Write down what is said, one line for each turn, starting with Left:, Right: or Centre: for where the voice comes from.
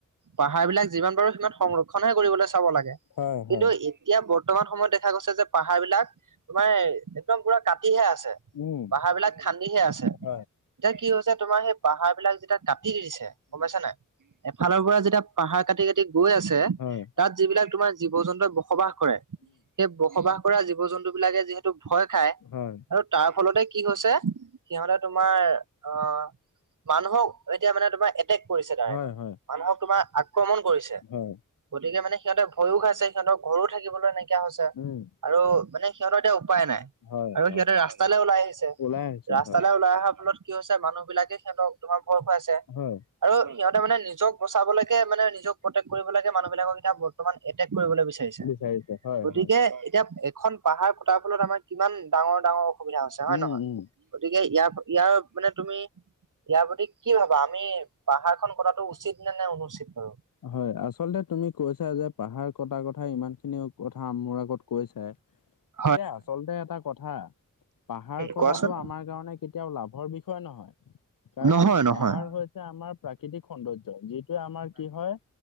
Right: পাহাৰ বিলাক যিমান পাৰো সিমান সংৰক্ষনহে কৰিবলৈ চাব লাগে
Left: হয় হয়,
Right: কিন্তু এতিয়া বৰ্তমান সময়ত দেখা গৈছে যে পাহাৰ বিলাক তোমাৰ একদম পুৰা কাটিহে আছে,
Left: উম।
Right: পাহাৰ বিলাক খান্দিহে আছে।
Left: হয়,
Right: এতিয়া কি হৈছে তোমাৰ সেই পাহাৰ বিলাক যেতিয়া কাটি দি দিছে গমাইছ নে এফালৰ পৰা যেতিয়া পাহাৰ কাটি, কাটি গৈ আছে।
Left: হয়,
Right: তাত যিবিলাক তোমাৰ জীৱ-জন্তুৱে বসবাস কৰে সেই বসবাস কৰা জীৱ-জন্তু বিলাকে যিহেতু তোক ভয় খায়
Left: হয়,
Right: আৰু তাৰ ফলতে কি হৈছে সিহঁতে তোমাৰ আহ মানুহক এতিয়া মানে তোমাৰ এটেক কৰিছে তাৰে
Left: হয়, হয়,
Right: মানুহক তোমাৰ আক্ৰমণ কৰিছে।
Left: হয়।
Right: গতিকে মানে সিহঁতে ভয়ো খাই সিহতৰ ঘৰো থাকিবলৈ নাইকিয়া হৈছে।
Left: উম।
Right: আৰু মানে সিহঁতৰ এতিয়া উপায় নাই,
Left: হয়,
Right: আৰু
Left: হয়।
Right: সিহঁতে ৰাস্তালৈ ওলাই আহিছে,
Left: ওলাই আহিছে
Right: ৰাস্তালৈ
Left: হয়,
Right: ওলাই অহাৰ ফলত কি হৈছে মানুহ বিলাগে সিহঁতক তোমাৰ ভয় <unintelligible>
Left: হয়।
Right: আৰু সিহঁতে মানে নিজক বচাবলৈকে মানে নিজক প্ৰটেক্ট কৰিবলৈকে মানুহবিলাকক এতিয়া বৰ্তমান এটেক কৰিবলৈ <unintelligible>
Left: বিচাৰিছে
Right: <unintelligible>
Left: হয়,
Right: গতিকে
Left: হয়।
Right: এতিয়া এখন পাহাৰ কটাৰ ফলত আমাৰ কিমান ডাঙৰ ডাঙৰ সুবিধা আছে হয়
Left: উম,
Right: নহয়,
Left: উম।
Right: গতিকে ইয়া ইয়াৰত মানে তুমি, ইয়াৰ প্ৰতি কি ভাবা আমি পাহাৰ খন কটাটো উচিত নে নে অনুচিত বাৰু।
Left: হয় আচলতে তুমি কৈছা যে পাহাৰ কটা কথা ইমান খিনি কথা মোৰ আগত কৈছায়ে।
Right: <inaudible>
Left: এতিয়া আচলতে এটা কথা, পাহাৰ কটাটো
Right: কোৱাচোন।
Left: আমাৰ কাৰণে কেতিয়াও লাভৰ বিষয় নহয়। কাৰণ
Right: নহয় নহয়।
Left: পাহাৰ হৈছে আমাৰ প্ৰাকৃতিক সৌন্দৰ্য, যিটো আমাৰ কি হয়।